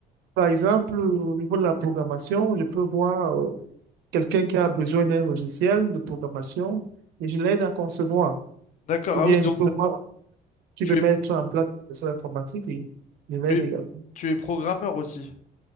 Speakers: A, on the right (about 75°); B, on the left (about 45°).
A: Par exemple, au niveau de la programmation, je peux voir euh, quelqu'un qui a besoin d'un logiciel de programmation et je l'aide à concevoir.
B: d'accord.
A: Ou
B: Ah
A: bien
B: oui,
A: je
B: donc
A: peux voir qui
B: tu
A: veut mettre
B: es,
A: en place des solution informatiques et je l'aide
B: tu es,
A: également.
B: tu es programmeur aussi.